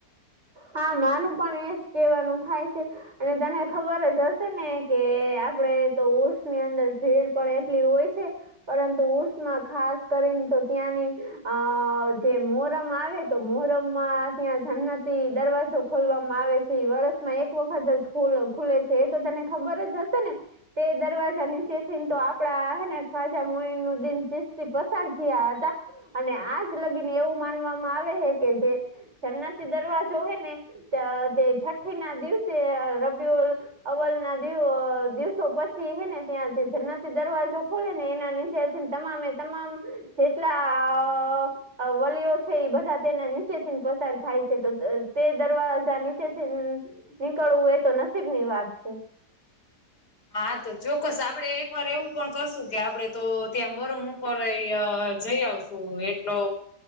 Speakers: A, on the right; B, on the left.
A: હા માર પણ એજ કેવાનું થાય છે. અને તને ખબર જ હશે ને કે આપડે તો ઉર્ષની અંદર ભીડ પણ એટલી હોય છે. પરંતુ ઉર્સમાં ખાસ કરીને તો ત્યાંની, આ જે મોરમ આવે. તો મોહરમમાં ત્યાં જન્નત થી દરવાજો ખોલવામાં આવે છે વરસમાં એક વખત જ ખુલે છે. તો તને ખબર જ હશે ને. તે દરવાજા નીચે થીને તો આપડા હને ખ્વાજા મુ નું દિન ચીસ્તી પસાર થયા હતા. અને આજ લગીને એવું માનવામાં આવે હે કે જે, જન્નતિ દરવાજો હે ને. તે છઠ્ઠી ના દિવસે રબિલ અવલ ના દિવ દિવસો પછી હેને ત્યાં જે જન્નતિ દરવાજો ખોલે ને એના નીચે તમામે તમામ. જેટલા વલીઓ છે એ બધા તેના નીચે થી પસાર થાય છે. તો તે દરવાજા નીચે થી નીકળવું એ તો નસીબ ની વાત છે.
B: હા તો ચોક્કસ આપડે એક વાર એવું પણ કરશું કે આપડે તો ત્યાં મરમ ઉપર જઈ આવશ. એટલો,